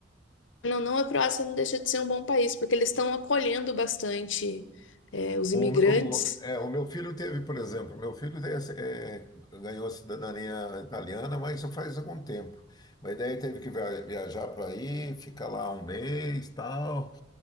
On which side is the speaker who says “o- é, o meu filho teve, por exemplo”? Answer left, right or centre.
Left